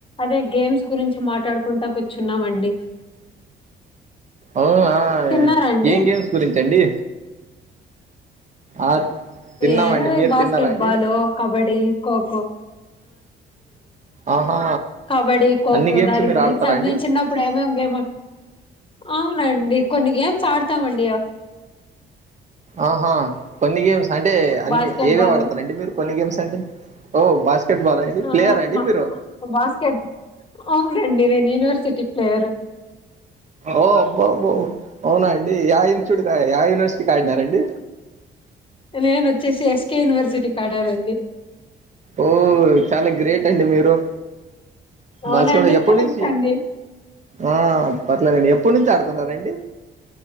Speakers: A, on the left; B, on the right.
A: అదే గేమ్స్ గురించి మాట్లాడుకుంటా కూర్చున్నామండి
B: ఆవై
A: తిన్నారండి
B: ఏం గేమ్స్ గురించండి ఆ తిన్నామండి
A: ఏ
B: మీరు
A: బాస్కెట్బాల్
B: తిన్నారా అండి
A: లొ కబ్బడీ ఖోఖో
B: ఆహా
A: కబ్బాడి ఖోఖో
B: అన్ని గేమ్స్
A: దాని
B: మీరు
A: గురించి
B: ఆడతారా
A: అన్ని
B: అండి
A: చిన్నప్పుడు ఏం ఏం గేమ్ అవునండి కొన్ని గేమ్స్ ఆడతామండి
B: ఆహా కొన్ని గేమ్స్ అంటే అన్ని
A: బాస్కెట్
B: ఏవే
A: బాల్
B: వాడతారండి మీరు కొన్ని గేమ్స్ అంటే ఓ బాస్కెట్ బాల్ అండి
A: అ
B: ప్లేయరా అండి
A: నా
B: మీరు
A: బాస్కెట్ అవునండి నేను యూనివర్సిటీ ప్లేయర్
B: ఓ అబ్బాబో అవునా అండి యా ఇన్స్టిట్యూట్ యా యూనివర్సిటీ ఆడినార్ అండి
A: నేను వచ్చేసి ఎస్కే యూనివర్సిటీకి అడనంది
B: ఓ చాలా గ్రేట్ అండి మీరు
A: అవునండి
B: బసోడ ఎప్పడి
A: థ్యాంక్స్
B: నుంచి
A: అండి
B: ఆ పర్లేదండి ఎప్పుడు నుంచి ఆడుతున్నారండి